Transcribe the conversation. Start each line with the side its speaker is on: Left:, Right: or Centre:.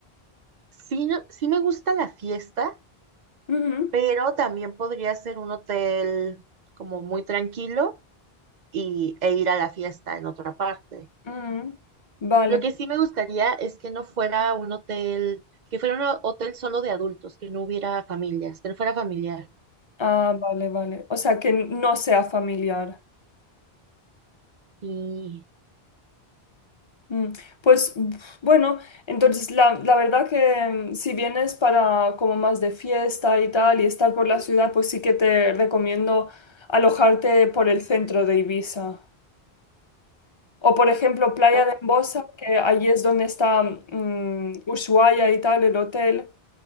Right: Sí, no, sí me gusta la fiesta,
Left: Ujú,
Right: pero también podría ser un hotel como muy tranquilo y, e ir a la fiesta en otra parte.
Left: ujú. Vale,
Right: Lo que sí me gustaría es que no fuera un hotel, que fuera un ho- hotel solo de adultos, que no hubiera familias, que no fuera familiar.
Left: ah, vale, vale. O sea, que no sea familiar.
Right: Y,
Left: Mm, Pues uf, bueno, entonces la, la verdad que mm, si vienes para como más de fiesta y tal y estar por la ciudad, pues sí que te recomiendo alojarte por el centro de Ibiza. O por ejemplo, Playa
Right: ok,
Left: de Embosa, que allí es donde está mm, Ushuaia y tal, el hotel